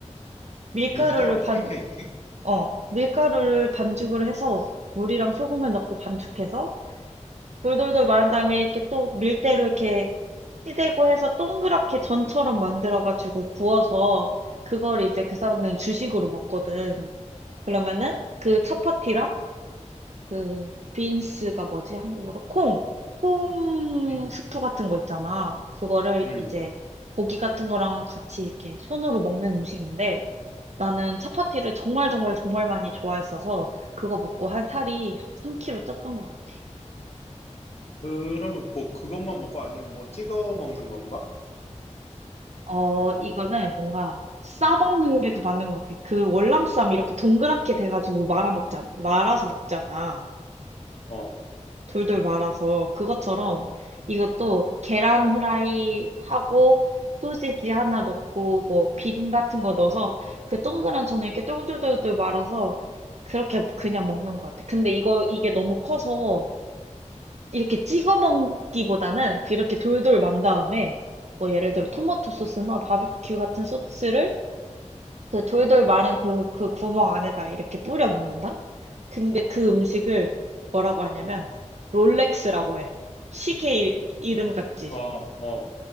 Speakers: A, on the right (about 65°); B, on the left (about 60°).
A: 밀가루를
B: 밀가루
A: 반,
B: 팬케이크.
A: 어, 밀가루를 반죽을 해서 물이랑 소금을 넣고 반죽해서 돌돌돌 말은 다음에 이렇게 또 밀대로 이렇게 시대고 해서 동그랗게 전처럼 만들어가지고 구워서 그걸 이제 그 사람들은 주식으로 먹거든. 그러면은 그 차파티랑 그 빈스가 뭐지? 한국어로 콩, 콩
B: 음.
A: 스프 같은 거 있잖아. 그거를
B: 음.
A: 이제 고기 같은 거랑 같이 이렇게 손으로 먹는 음식인데 나는 차파티를 정말 정말 정말 많이 좋아했어서 그거 먹고 한 살이 3kg 쪘던 것 같아.
B: 그러면 뭐 그것만 먹어? 아니면 뭐 찍어 먹는 건가?
A: 어, 이거는 뭔가 싸먹는 게 더 맞는 것 같아. 그 월남쌈 이렇게 동그랗게 돼가지고 말아 먹잖아, 말아서 먹잖아.
B: 어,
A: 돌돌 말아서 그것처럼 이것도 계란 후라이 하고 소시지 하나 넣고 뭐 비빔 같은 거 넣어서 그 동그란 전에 이렇게 똘똘똘똘 말아서 그렇게 그냥 먹는 것 같아. 근데 이거 이게 너무 커서 이렇게 찍어 먹기보다는 그 이렇게 돌돌 만 다음에 뭐 예를 들어
B: 어.
A: 토마토 소스나 바비큐 같은 소스를 그 돌돌 말은 그 그 구멍 안에다 이렇게 뿌려 먹는다. 근데 그 음식을 뭐라고 하냐면 롤렉스라고 해. 시계 이- 이름 같지.
B: 어, 어,